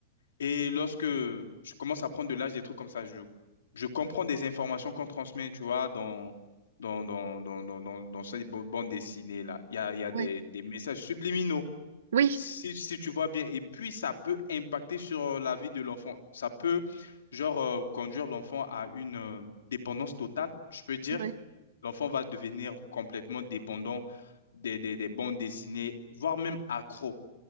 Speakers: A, on the left; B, on the right.
A: Et lorsque je commence à prendre de l'âge, des trucs comme ça, je, je comprends des informations qu'on transmet, tu vois, dans, dans, dans, dans, dans, dans, dans cette bo- bande dessinée-là. Il y a, il y a
B: Ouais.
A: des, des messages subliminaux,
B: Oui,
A: si, si tu vois bien. Et puis, ça peut impacter sur euh, la vie de l'enfant. Ça peut, genre, euh, conduire l'enfant à une euh, dépendance totale, je peux dire.
B: ouais.
A: L'enfant va devenir complètement dépendant des, des, des bandes dessinées, voire même accro.